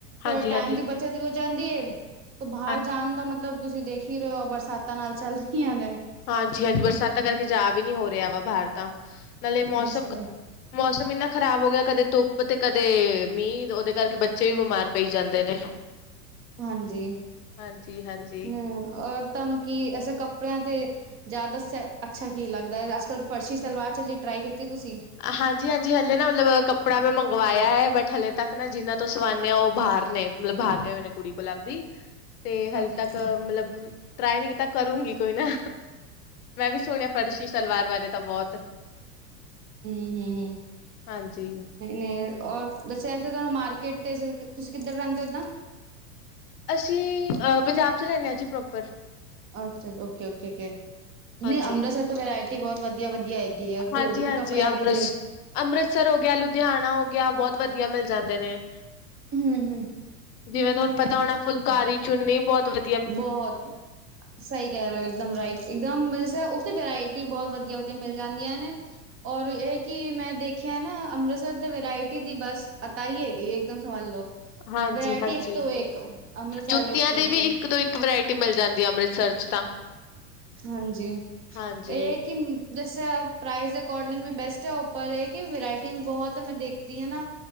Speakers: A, on the left; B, on the right.
A: ਹਾਂਜੀ
B: ਫੇਰ ਟਾਈਮ
A: ਹਾਂਜੀ
B: ਦੀ ਬੱਚਤ ਵੀ ਹੋ ਜਾਂਦੀ ਏ, ਤੇ ਬਾਹਰ
A: ਹਾਂ-
B: ਜਾਣ ਦਾ ਮਤਲਬ। ਤੁਸੀਂ ਦੇਖ ਹੀ ਰਹੇ ਹੋ, ਬਰਸਾਤਾਂ ਨਾਲ ਚੱਲ ਰਹੀਆਂ ਨੇ।
A: ਹਾਂਜੀ -ਹਾਂਜੀ ਬਰਸਾਤਾਂ ਕਰਕੇ ਜਾ ਵੀ ਨਹੀ ਹੋ ਰਿਹਾ ਵਾ ਬਾਹਰ ਤਾਂ, ਨਾਲੇ ਮੌਸਮ
B: ਇਸੇ ਕਰ
A: ਮੌਸਮ ਐਨਾ ਖ਼ਰਾਬ ਹੋ ਗਿਆ ਕਦੇ ਧੁੱਪ ਤੇ ਕਦੇ ਮੀਂਹ, ਉਹਦੇ ਕਰਕੇ ਬੱਚੇ ਵੀ ਬਿਮਾਰ ਪਈ ਜਾਂਦੇ ਨੇ <inaudible>
B: ਹਾਂਜੀ
A: ਹਾਂਜੀ ਹਾਂਜੀ
B: ਹਮ ਔਰ ਤੁਆਨੂੰ ਕੀ ਅਸੀ ਕੱਪੜਿਆਂ ਤੇ ਜ਼ਿਆਦਾ ਸ ਅੱਛਾ ਕੀ ਲੱਗਦਾ ਅੱਜ-ਕੱਲ ਫਰਸ਼ੀ ਸਲਵਾਰ ਚੱਲੀ ਟਰਾਈ ਕੀਤੀ ਤੁਸੀਂ?
A: ਹਾਂਜੀ-ਹਾਂਜੀ ਹਲੇ ਨਾ ਮਤਲਬ ਕੱਪੜਾ ਮੈਂ ਮੰਗਵਾਇਆ ਐ ਬਟ ਹਲੇ ਤੱਕ ਨਾ ਜਿੰਨਾ ਤੋਂ ਸਵਾਦੇ ਆ ਉਹ ਬਾਹਰ ਨੇ ਮਤਲਬ ਬਾਹਰ ਗਏ ਹੋਏ ਨੇ ਕੁੜੀ ਕੋਲ ਆਪਦੀ ਤੇ ਹਾਲੇ
B: ਹਾਂਜੀ
A: ਤੱਕ ਮਤਲਬ, ਟਰਾਈ ਨੀ ਕੀਤਾ ਕਰੂੰਗੀ ਕੋਈ ਨਾ। ਮੈਂ ਵੀ ਸੁਣਿਆ ਫਰਸ਼ੀ ਸਲਵਾਰ ਬਾਰੇ ਤਾਂ ਬੋਤ
B: ਹੂੰ ਹੂੰ।
A: ਹਾਂਜੀ
B: ਹੂੰ ਔਰ ਦੱਸਿਆ ਸੀਗਾ ਮਾਰਕੀਟ ਤੇ ਤੁਸੀਂ ਕਿੱਧਰ ਰਹਿੰਦੇ ਹੋ ਓਦਾਂ?
A: ਅਸੀਂ ਪੰਜਾਬ 'ਚ ਰਹਿਣੇ ਆ ਜੀ ਪ੍ਰੋਪਰ
B: ਅੱਛਾ, ਓਕੇ-ਓਕੇ ਕੇ,
A: ਹਾਂਜੀ।
B: ਨੀ ਅੰਮ੍ਰਿਤਸਰ ਤਾ ਵੈਰਾਇਟੀ ਬੋਤ ਵਧੀਆ-ਵਧੀਆ ਹ ਹੈਗੀਆ ਇੱਥੇ
A: ਹਾਂਜੀ-ਹਾਂਜੀ
B: ਕੱਪੜਿਆਂ
A: ਅੰਮ੍ਰਿਤਸ
B: ਦੀ ਤੇ
A: ਅੰਮ੍ਰਿਤਸਰ ਹੋ ਗਿਆ ਲੁਧਿਆਣਾ ਹੋ ਗਿਆ ਬੋਤ ਵਧੀਆ ਮਿਲ ਜਾਂਦੇ ਨੇ।
B: ਹੂੰ ਹੂੰ।
A: ਜਿਵੇਂ ਤੁਹਾਨੂੰ ਪਤਾ ਹੋਣਾ ਫੁਲਕਾਰੀ ਚੁੰਨੀ ਬੋਤ ਵਧ
B: ਬੋਤ ਸਹੀ ਕਹਿ ਰਹੇ ਹੋ ਇੱਕਦਮ ਰਾਈਟ
A: ਹਾਂ
B: ਇਕ ਦਮ ਜੈਸੇ ਤੇ ਵਰਾਇਟੀ ਬਹੁਤ ਵਧੀਆ-ਵਧੀਆ ਮਿਲ ਜਾਂਦੀਆਂ ਨੇ, ਔਰ ਇਹ ਕੀ ਮੈਂ ਦੇਖਿਆ ਨਾ ਅੰਮ੍ਰਿਤਸਰ ਤੇ ਵਰਾਇਟੀ ਦੀ ਬਸ ਪਤਾ ਈ ਹੈਗੀ ਐ ਇੱਕਦਮ ਸੋਲਡ
A: ਹਾਂਜੀ-ਹਾਂਜੀ-ਹਾਂਜੀ
B: ਵਰਾਇਟੀ ਇੱਕ ਤੋਂ ਇੱਕ ਅੰਮ੍ਰਿਤਸਰ
A: ਜੁੱਤੀਆਂ
B: ਵਿੱਚ ਤੇ
A: ਦੀ ਵੀ ਇੱਕ ਤੋ ਇੱਕ ਵਰਾਇਟੀ ਮਿਲ ਜਾਂਦੀ ਐ। ਅੰਮ੍ਰਿਤਸਰ ਚ ਤਾਂ
B: ਹਾਂਜੀ
A: ਹਾਂਜੀ,
B: ਇਹ ਕੀ ਜੈਸੇ ਪ੍ਰਾਈਜ਼ ਦੇ ਅਕੋਰਡਿੰਗ ਬੀ ਬੈਸਟ ਐ ਔਰ ਉਪਰ ਇਹ ਕਿ ਵਰਾਇਟੀ ਵੀ ਬਹੁਤ ਮੈਂ ਦੇਖਦੀ ਨਾ